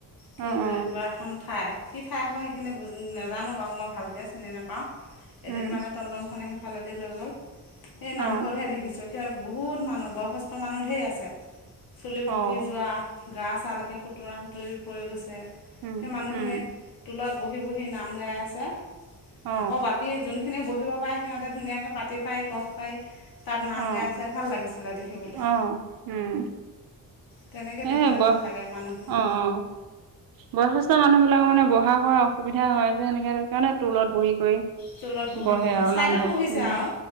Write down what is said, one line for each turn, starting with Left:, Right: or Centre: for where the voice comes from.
Right: অ
Left: কিব
Right: অ
Left: এখন ঠাই। কি ঠাই কয়, সেইখিনি বুজি নাজানো বাৰু মই ভালকৈ চিনি নাপাওঁ এদিন
Right: উম
Left: মানে টমটমখনে সেইফালেদি লৈ গ'ল, এই নামঘৰতহে
Right: অ
Left: দেখিছোঁ। এতিয়া বহুত মানুহ বয়সস্থ মানুহ ঢেৰ আছে চুলি পকি
Right: অ
Left: যোৱা। গা ছালকে সুতুৰা সুতুৰি পৰি গৈছে
Right: উম
Left: সেই মানুহখিনি
Right: উম
Left: টোলত বহি। বহি বহি নাম গাই আছে
Right: অ
Left: আকৌ বাকী যোনখনি বহিব পাৰে সিহঁতে ধুনীয়া যে পাতিত। পাই বহ পাই তাত নাম
Right: অ
Left: গাই আছিলে ভাল লাগিছিল দেখিবলৈ।
Right: অ উম
Left: তেনেকে দেখিলে
Right: এ ব
Left: ভাল লাগে মানুহখিনি।
Right: অ অ বয়সস্থ মানুহ বিলাকক মানে বহা কৰা অসুবিধা হয়। যে সেনেকে সেইকাৰণে টোলত বহি কৰি
Left: টোলত বহি
Right: বহে
Left: পেলাই
Right: আৰু
Left: ছাইডত
Right: নামঘৰত
Left: বহিছে
Right: উম।
Left: আৰু